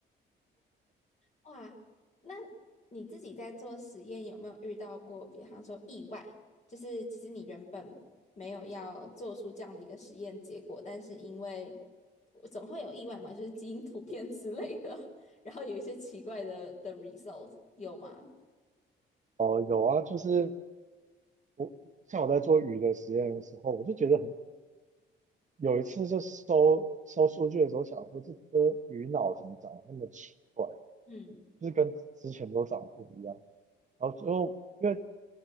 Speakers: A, on the left; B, on the right.
A: 哇！那你自己在做实验有没有遇到过，比方说意外，就是其实你原本没有要做出这样的一个实验结果，但是因为总会有意外嘛，就是基因突变之类的，<laughs> 然后有一些奇怪的的 result 有吗？
B: 哦，有啊，就是我像我在做鱼的实验的时候，我就觉得很有一次就收收数据的时候，想说这颗鱼脑怎么长得那么奇怪，
A: 嗯
B: 就是跟之前都长得不一样。然后最后因为